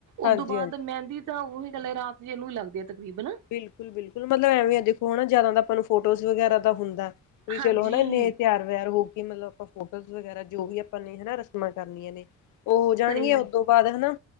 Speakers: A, on the left (about 75°); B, on the right (about 80°).
A: ਹਾਂਜੀ
B: ਉਦੋਂ ਬਾਅਦ
A: ਹਾਂਜੀ
B: ਮਹਿੰਦੀ। ਤਾਂ ਉਹੀ ਇਕੱਲੇ ਰਾਤ ਜੇ ਇਹਨੂੰ ਹੀ ਲੱਗਦੇ ਆ ਤਕਰੀਬਨ।
A: ਬਿਲਕੁਲ-ਬਿਲਕੁਲ। ਮਤਲਬ ਐਵੇਂ ਦੇਖੋ ਹੈ ਨਾ ਜ਼ਿਆਦਾ ਤਾਂ ਆਪਾਂ ਫੋਟੋਜ਼ ਵਗੈਰਾ ਦਾ ਹੁੰਦਾ। ਵੀ
B: ਹਾਂਜੀ
A: ਚਲੋ ਹਨਾ ਇੰਨੇ ਤਿਆਰ-ਵਿਆਰ ਹੋ ਗਈ ਮਤਲਬ। ਫੋਰਸਜ ਵਗੈਰਾ। ਜੋ ਵੀ ਆਪਾਂ ਨੇ ਹਨਾ ਰਸਮਾਂ ਕਰਨੀਆਂ ਨੇ। ਉਹ ਹੋ ਜਾਣਗੀਆਂ
B: ਸਹੀ
A: ਉਦੋਂ ਬਾਅਦ ਹਨਾ